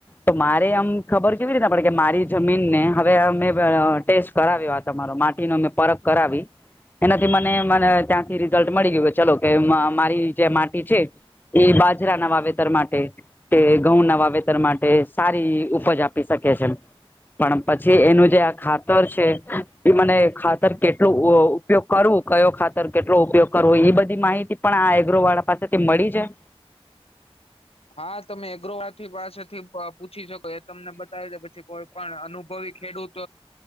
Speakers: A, on the left; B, on the left.
A: તો મારે આમ ખબર કેવી રીતના પડે કે મારી જમીન ને હવે અમે ટેસ્ટ કરાવ્યો આ તમારો માટી નો અમેં પરખ કરાવી એનાથી મને મને ત્યાંથી રિઝલ્ટ મળી ગયું ચલો કે મા મારી જે માટી છે. એ બાજરાના વાવેતર માટે. તે ઘઉં ના વાવેતર માટે સારી ઉપજ આપી શકે છે. પણ પછી એનું જે આ ખાતર છે એ મને ખાતર કેટલું <unintelligible> ઉપયોગ કરવું કયો ખાતર કેટલો ઉપયોગ કરવો એ બધી માહિતી પણ આ એગ્રો વાળા પાસેથી મળી જાય?
B: હા તમે એગ્રોવાથી પાસેથી પૂછી શકો એ તમને બતાવી દે પછી કોઈ પણ અનુભવી ખેડૂત